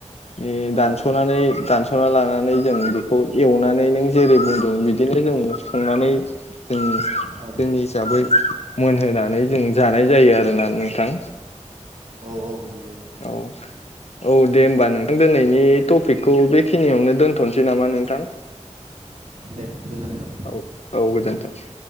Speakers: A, on the left; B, on the right.
A: ए
B: औ
A: दानसनानै दानस सना लानानै जों बेखौ एवनानै नों जेरै बुंदों बिदिनो जों संनानै जों जोंनि
B: औ
A: हिसाबै मोनहोनानै जों जानाय जायो आरोना नोंथां।
B: औ औ नंगौ।
A: औ। औ दे होमबा नोंथां दिनैनि टपिकखौ बे खिनियावनो दोनथनोसै नामा नोंथां
B: दे गोजोन्थों
A: औ औ गोजोनथों। <inaudible>